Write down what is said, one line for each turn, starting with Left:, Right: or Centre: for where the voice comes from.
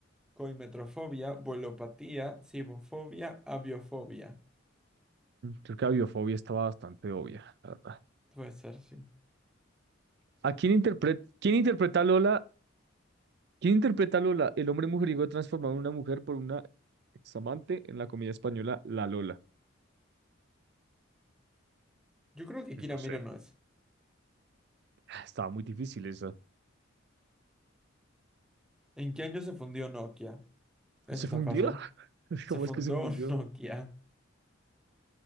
Centre: Coimetrofobia, vuelopatía, cibofobia, aviofobia.
Right: creo que la biofobia estaba bastante obvia, la verdad.
Centre: Puede ser, sí.
Right: ¿A quién interpreta, quién interpreta a Lola ¿Quién interpreta a Lola, el hombre mujeriego transformado en una mujer por una examante en la comedia española La Lola?
Centre: Yo creo que Kira
Right: No
Centre: Miro
Right: sé.
Centre: no es.
Right: Ah, Estaba muy difícil esa.
Centre: ¿En qué año se fundió Nokia? Eso
Right: ¿Se
Centre: está
Right: fundió?
Centre: fácil.
Right: <laughs>
Centre: Se
Right: ¿Cómo
Centre: fundó
Right: es que se fundió?
Centre: <laughs> Nokia.